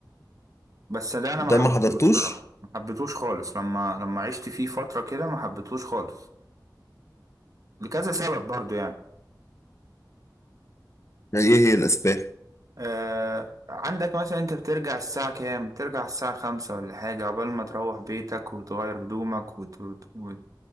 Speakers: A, on the right; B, on the left.
A: بس ده انا
B: ده
A: ما حبيتهوش
B: ما حضرتوش
A: صراحه ما حبيتهوش خالص لما لما عشت فيه فتره كده ما حبيتهوش خالص لكذا سبب برضو يعني
B: يعني ايه هي الاسباب
A: آه عندك مثلا انت بترجع الساعه كام ترجع الساعه خمسة ولا حاجه عقبال ما تروح بيتك وتغير هدومك وت... وت... وت...